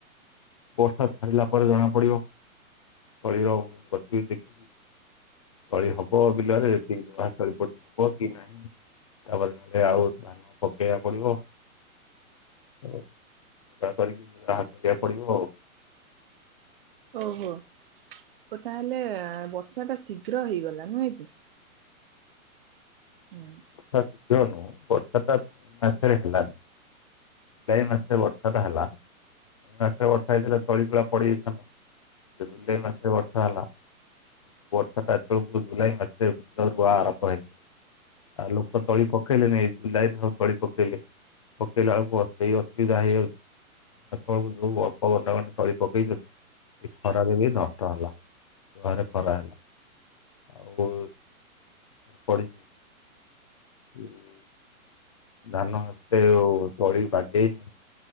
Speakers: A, on the left (about 25°); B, on the right (about 40°).
A: ବର୍ଷା ସାରିଲା ପରେ ଜଣା ପଡିବ? ତଳିର ଗତି ଦେଖିକି! ତଳି ହବ, ବିଲରେ ଯେତିକି ରୁଆହେଇଛି, ତଳି ପଡ଼ିଛି, ହବ କି ନାହିଁ! ତା'ପରେ ନହେଲେ ଆଉ ଧାନ ପକେଇବା ପଡିବ! <unintelligible> କରିକି ଯାହା କରିବାକୁ ପଡିବ। ହଉ।
B: ଓହୋ ଓ ତା, ହେଲେଁ ବର୍ଷା ଟା ଶୀଘ୍ର ହେଇଗଲା, ନୁହେଁ କି! ହୁଁ
A: ବର୍ଷା ଶୀଘ୍ର ନୁହୁଁ, ବର୍ଷାଟା <inaudible> ମାସରେ ହେଲାନି। ଜୁଲାଇ ମାସରେ ବର୍ଷା ଟା ହେଲା। ମେ ମାସରେ ବର୍ଷା ହେଇଥିଲେ, ତଳି ତୁଳା ପଡିଯାଇଥାନ୍ତା ଜୁଲାଇ ମାସରେ ବର୍ଷା ହେଲା। ବର୍ଷାଟା ଆକଚୁଲି ଜୁନ୍ ଜୁଲାଇ ମାସରେ ବିଲ ରୁଆ ଆରମ୍ଭ ହେଇ ଆଉ ଲୋକ ତଳି ପକେଇଲେଣି ଏ ଜୁଲାଇ ଠଉଁ ତଳି ପକେଇଲେ। ପକେଇଲା ବେଳକୁ ଅସ ସେଇ ଅସୁବିଧା ହେଇଯାଉ ଯୋଉ ଅଳ୍ପ ଘଣ୍ଟା ଘଣ୍ଟା ତଳି ପକେଇଛନ୍ତି ଏ ଖରାରେ ବି ନଷ୍ଟ ହେଲା। <unintelligible> ଖରା ହେଲା ଆଉ ତଳି <unintelligible> ଧାନ ଏତେ ଆଉ ତଳି ବାଗେଇନି।